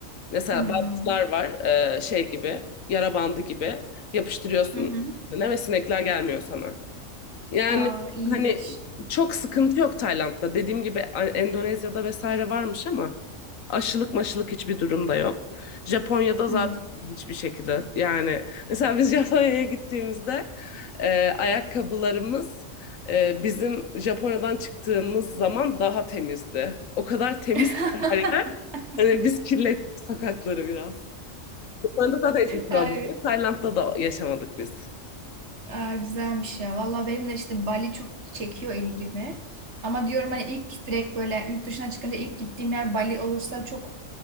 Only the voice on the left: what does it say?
Mesela
bantlar var e, şey gibi yara bandı gibi yapıştırıyorsun
ne ve sinekler gelmiyor sana. Yani
hani çok sıkıntı yok Tayland'da. Dediğim gibi A- Endonezya'da vesaire varmış ama Aşılık maşılık hiçbir durumda yok. Japonya'da
zaten hiçbir şekilde yani mesela biz <laughs> Japonya'ya gittiğimizde e, ayakkabılarımız e, bizim Japonya'dan çıktığımız zaman daha temizdi. O kadar temiz
ki her yer. Hani biz kirlettik sokakları biraz. Japonya'da zaten hiçbir problem
yok. Tayland'da da yaşamadık biz.